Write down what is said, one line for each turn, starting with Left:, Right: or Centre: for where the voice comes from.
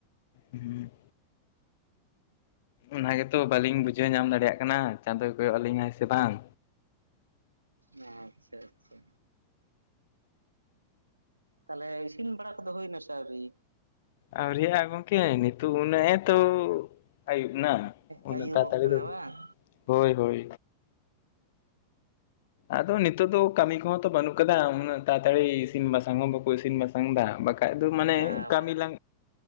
Left: ᱦᱩᱸ ᱚᱱᱟᱜᱮᱛᱚ ᱵᱟᱹᱞᱤᱧ ᱵᱩᱡᱷᱟᱹᱣ ᱧᱟᱢ ᱫᱟᱲᱮᱭᱟᱜ ᱠᱟᱱᱟ ᱪᱟᱸᱫᱚᱭ ᱠᱚᱭᱚᱜ ᱟᱹ ᱞᱞᱤᱧ ᱥᱮ ᱵᱟᱝ᱾
Right: ᱟᱪᱪᱷᱟ ᱟᱪᱪᱷᱟ ᱛᱟᱦᱚᱞᱮ ᱤᱥᱤᱱ ᱵᱟᱲᱟ ᱠᱚᱫᱚ ᱦᱩᱭᱱᱟᱥᱮ ᱟᱹᱣᱨᱤ?
Left: ᱟᱣᱨᱤ ᱭᱟᱟ ᱜᱚᱝᱠᱮ ᱱᱤᱛᱚᱜ ᱩᱱᱟᱹᱜ ᱱᱮᱸ ᱮ ᱛᱚ ᱟᱹᱭᱩᱵ ᱱᱟ ᱚᱱᱟ
Right: ᱟᱹᱭᱩᱵᱚᱜ ᱠᱟᱱᱟ ᱵᱟᱝ
Left: <unintelligible> ᱦᱳᱭ ᱦᱳᱭ ᱟᱫᱚ ᱱᱤᱛᱚᱜ ᱫᱚ ᱠᱟᱹᱢᱤ ᱠᱚᱦᱚᱸ ᱛᱚ ᱵᱟᱹᱱᱩᱜ ᱟᱠᱟᱫᱟ ᱩᱱᱟᱹᱜ ᱛᱟᱲᱟᱛᱟᱲᱤ ᱤᱥᱤᱱ ᱵᱟᱥᱟᱝ ᱦᱚᱸ ᱵᱟᱠᱚ ᱤᱥᱤᱱ ᱵᱟᱥᱟᱝ ᱮᱫᱟ ᱵᱟᱠᱷᱟᱱ ᱟᱠᱷᱟᱡ ᱫᱚ
Right: ᱦᱮᱸ
Left: ᱢᱟᱱᱮ
Right: ᱵᱟ
Left: ᱠᱟᱹᱟᱢᱤᱞᱟ
Right: ᱵᱟ